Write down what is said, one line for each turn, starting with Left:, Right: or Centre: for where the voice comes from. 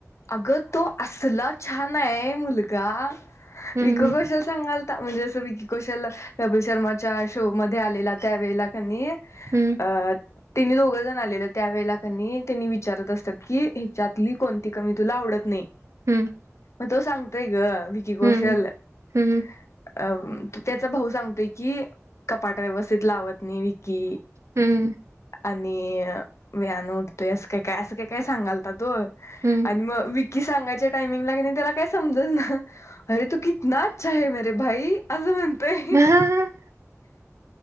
Left: अग तो असला छान आहे मुलगा
Right: हम्म
Left: विकी कौशल संग आलता म्हणजे असं विक्री कौशल्य कपिल शर्माच्या शोमध्ये आलेला त्या वेळेला कणी अं
Right: हम्म
Left: तीनी दोघं जणं आलेले त्यावेेळेला कनी त्यांनीं विचारतं असतांत की ह्याच्यातली कोणती कमी तुला आवडतं नाहीं
Right: हम्म
Left: मंग तो सांगतोय ग विक्री कौशल
Right: हम्म
Left: अ
Right: हम्म
Left: त्याचा भाऊ सांगतोय की कपाट व्यवस्थित लावत नाही विकी
Right: हम्म
Left: आणि मी आणन उडतोय असं काय काय असं काय काय सांगालता तो
Right: हम्म
Left: आणि मग सांगाय टामिंग त्याला काय समज ना अे तू कितना अच्छा आहे ते भाई असं म्हणतय
Right: हम्म